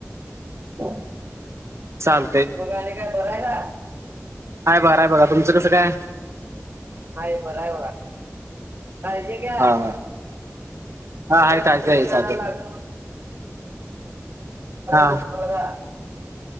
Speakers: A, on the right; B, on the right.
A: हो.
B: चालतय.
A: मग आणि काय बरय ना.
B: हाय बराय बघा तुमचं कसं काय?
A: हाय बराय बघा काळजी घ्या
B: हा हा हा
A: उगाच
B: आहे काय
A: दुसऱ्या
B: काय
A: नादाला
B: चालतंय
A: लागत
B: हा
A: बसू. <unintelligible>